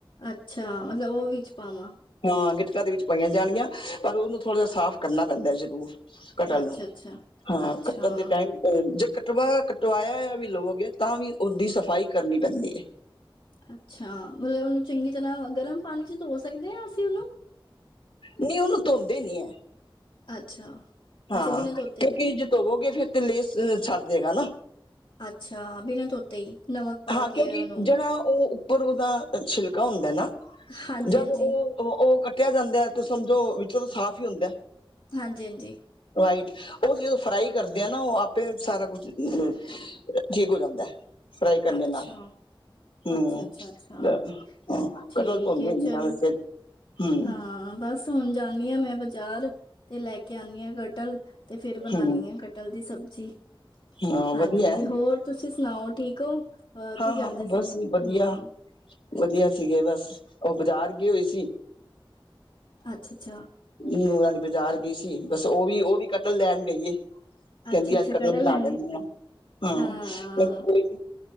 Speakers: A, on the left (about 70°); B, on the left (about 85°).
A: ਅੱਛਾ, ਮਤਲਬ ਉਹ ਵਿੱਚ ਪਾਵਾਂ
B: ਹਾਂ, ਗਿਟਕਾ ਦੇ ਵਿੱਚ ਪਾਈਆਂ ਜਾਣਗੀਆਂ ਪਰ ਉਹਨੂੰ ਥੋੜ੍ਹਾ ਜਿਹਾ ਸਾਫ਼ ਕਰਨਾ ਪੈਂਦਾ ਜ਼ਰੂਰ। ਕਟਣ
A: ਅੱਛਾ
B: ਨੂੰ
A: ਅੱਛਾ
B: ਹਾਂ
A: ਅੱਛਾ
B: ਕੱਟਣ ਦੇ ਟਾਈਮ ਜੇ ਕਟਵਾ ਕਟਵਾਇਆਆ ਵੀ ਲਵੋਗੇ ਤਾਂ ਵੀ ਉਹਦੀ ਸਫਾਈ ਕਰਨੀ ਪੈਂਦੀ ਹੈ।
A: ਅੱਛਾ, ਮਤਲਬ ਉਹਨੂੰ ਚੰਗੀ ਤਰ੍ਹਾਂ ਗਰਮ ਪਾਣੀ ਚ ਧੋ ਸਕਦੇ ਹਾਂ। ਅਸੀਂ ਉਹਨੂੰ
B: ਨਹੀਂ, ਉਹਨੂੰ ਧੋਂਦੇ ਨੀ ਹੈ।
A: ਅੱਛਾ।
B: ਹਾਂ,
A: ਅੱਛਾ ਬਿਨਾਂ ਧੋਤੇ
B: ਕਿਉਂਕਿ
A: ਹੀ
B: ਜੇ ਧੋਵੋਗੇ ਫੇਰ ਤੇ ਲੇਸ ਛੱਡ ਦੇਗਾ ਨਾ।
A: ਅੱਛਾ। ਬਿਨਾਂ ਧੋਤੇ ਹੀ ਨਮਕ ਪਾ
B: ਹਾਂ।
A: ਕੇ
B: ਕਿਉਂਕਿ
A: ਉਹਨੂੰ
B: ਜਿਹੜਾ ਉਹ ਉੱਪਰ ਉਹਦਾ ਛਿਲਕਾ ਹੁੰਦਾ ਹੈ ਨਾ,
A: ਹਾਂਜੀ
B: ਜਦ
A: ਹਾਂਜੀ
B: ਉਹ ਉਹ ਕੱਟਿਆ ਜਾਂਦਾ ਤੇ ਸਮਝੋ ਵਿੱਚੋਂ ਤਾਂ ਸਾਫ਼ ਹੀ ਹੁੰਦਾ।
A: ਹਾਂਜੀ- ਹਾਂਜੀ।
B: ਵਾਈਟ ਉਹ ਜਦੋਂ ਫਰਾਈ ਕਰਦੇ ਆ ਨਾ, ਉਹ ਆਪੇ ਸਾਰਾ ਕੁਛ ਠੀਕ ਹੋ ਜਾਂਦਾ ਹੈ। ਫਰਾਈ ਕਰਨ
A: ਅੱਛਾ
B: ਦੇ ਨਾਲ ਹਮ
A: ਅੱਛਾ ਅੱਛਾ ਅੱਛਾ
B: ਹਾਂ। ਪਹਿਲਾਂ
A: ਠੀਕ
B: ਧੋਂਦੀ
A: ਏ
B: ਰਹੀ
A: ਚਲੋ
B: ਆ ਵੈਸੇ। ਹਮ
A: ਹਾਂ। ਬਸ ਹੁਣ ਜਾਂਦੀ ਹਾ ਮੈਂ ਬਾਜ਼ਾਰ, ਤੇ ਲੈ ਕੇ ਆਉਦੀ ਹਾਂ ਕਟਲ ਤੇ ਫੇਰ ਬਣਾਉਣੀ
B: ਹਮ
A: ਹ ਕਟਲ ਦੀ ਸਬਜ਼ੀ।
B: ਹਾਂ
A: ਹਾਂਜੀ
B: ਵਧੀਆ
A: ਜੀ
B: ਹੈ
A: ਹੋਰ ਤੁਸੀਂ ਸੁਣਾਓ ਠੀਕ ਹੋ?
B: ਹਾਂ
A: ਕੀ ਕਰਦੇ
B: ਹਾਂ, ਬਸ
A: ਸੀਗੇ ਹਮ
B: ਵਧੀਆ। ਵਧੀਆ ਸੀਗੇ ਬਸ, ਓਹ ਬਜ਼ਾਰ ਗਏ ਹੋਏ ਸੀ।
A: ਅੱਛਾ-ਅੱਛਾ।
B: ਨੂੰਹ ਰਾਣੀ ਬਾਜ਼ਾਰ ਗਈ ਸੀ ਬਸ‌। ਉਹ ਵੀ- ਉਹ ਵੀ ਕਟਲ ਲੈਣ ਗਈ ਐ। ਕਹਿੰਦੀ
A: ਅੱਛਾ ਅੱਛਾ
B: ਅੱਜ ਕਟਲ ਬਣਾ
A: ਲੈਣੇ
B: ਲੈਂਦੀ ਹਾਂ। ਮੈ
A: ਹਾਂ
B: ਕਿਹਾ ਕੋਈ ਨੀ